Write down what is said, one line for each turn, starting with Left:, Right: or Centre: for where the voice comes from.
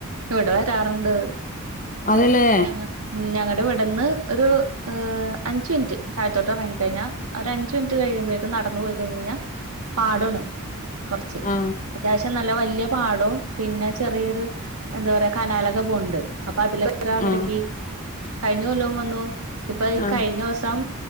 Right: ഇവ്ടെ വരാറ്ണ്ട്
Left: അതെല്ലേ
Right: ഞങ്ങ ഉം ഞങ്ങടെവ്ട്ന്ന് ഒരു ഏഹ് അഞ്ച് മിൻറ്റ് താഴ്ത്തോട്ടെറങ്ങിക്കഴിഞ്ഞാ ഒരഞ്ചു മിൻറ്റഴിയുബെക്കും നടന്ന് പോയി കഴിഞ്ഞഞ്ഞാ പാടാണ്. കൊർച്ച്
Left: ആ
Right: അത്യാവശ്യം നല്ല വല്ല്യ പാടവും പിന്നെ ചെറിയൊരു എന്താ പറയാ കനാലക്കെപോണ്ട് അപ്പ അതിലവിടയ്ക്ക്
Left: ആ
Right: കഴിഞ്ഞ കൊല്ലോം വന്നു ഇപ്പ ഈ
Left: ആ
Right: കയിഞ്ഞോസം